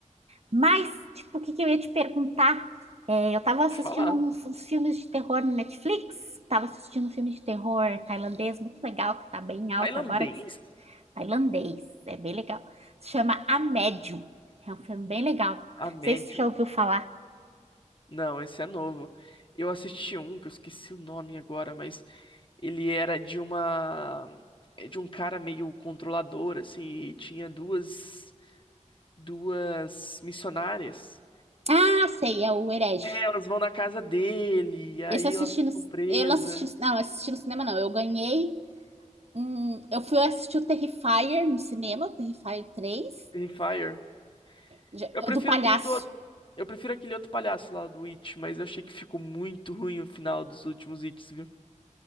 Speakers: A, on the right; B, on the left.
A: Mas, tipo, o que que eu ia te perguntar? É, eu
B: vou
A: tava assistindo
B: te falar.
A: uns, uns filmes de terror no Netflix, tava assistindo um filme de terror tailandês muito legal, que tá bem alto
B: Tailandês?
A: agora, que- é tailandês, é bem legal. Se chama A Médium, é um filme bem legal. Não
B: A médio.
A: sei se tu já ouviu falar.
B: Não, esse é novo. Eu assisti um que eu esqueci o nome agora, mas ele era de uma é de um cara meio controlador assim, e tinha duas duas missionárias.
A: Ah, sei, é o Herege.
B: É, elas vão na casa dele, e aí
A: Esse eu assisti
B: elas ficam
A: no,
B: presas.
A: eu não assisti, não, assisti no cinema não. Eu ganhei um, eu fui assistir o Terrifier no cinema, o Terrifier 3,
B: Free Fire.
A: já-
B: Eu prefiro
A: o do palhaço.
B: aquele do. Eu prefiro aquele outro palhaço lá do It, mas eu achei que ficou muito ruim o final dos últimos Its, viu?